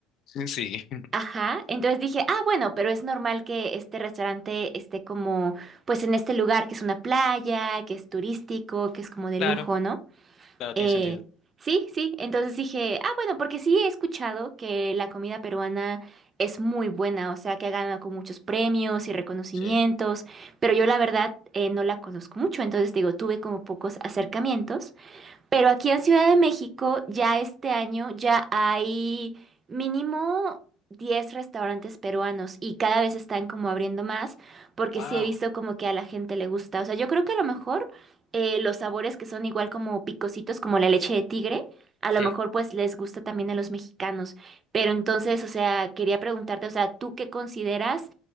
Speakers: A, on the left; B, on the right.
A: ujú. Sí. <laughs>
B: Ajá, entonces dije, ah, bueno, pero es normal que este restaurante esté como, pues en este lugar que es una playa, que es turístico, que es como de
A: Claro,
B: lujo, ¿no?
A: claro,
B: Eh,
A: tiene sentido.
B: sí, sí, entonces dije, ah, bueno, porque sí he escuchado que la comida peruana es muy buena, o sea, que ha ganado con muchos premios y reconocimientos,
A: Sí.
B: pero yo la verdad eh, no la conozco mucho, entonces digo, tuve como pocos acercamientos. Pero aquí en Ciudad de México ya este año ya hay mínimo 10 restaurantes peruanos y cada vez están como abriendo más porque
A: Wow.
B: sí he visto como que a la gente le gusta. O sea, yo creo que a lo mejor eh, los sabores que son igual como picositos, como la leche de tigre, a
A: Sí.
B: lo mejor pues les gusta también a los mexicanos. Pero entonces, o sea, quería preguntarte, o sea, ¿tú qué consideras